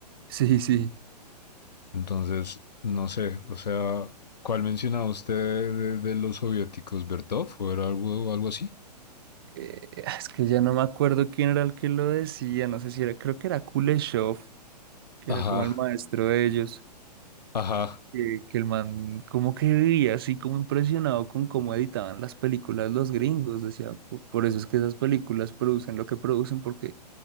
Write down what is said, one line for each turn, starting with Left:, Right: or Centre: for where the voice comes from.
Right: Sí, sí.
Left: Entonces, no sé, o sea, ¿cuál mencionaba usted de, de los soviéticos? ¿Bertov o era algo, algo así?
Right: Eh, es que ya no me acuerdo quién era el que lo decía, no sé si era, creo que era Kuleshov que
Left: Ajá,
Right: era como el maestro de ellos,
Left: ajá,
Right: que, que el man como que vivía así como impresionado con cómo editaban las películas los gringos, decía, "Po- por eso es que esas películas producen lo que producen, porque,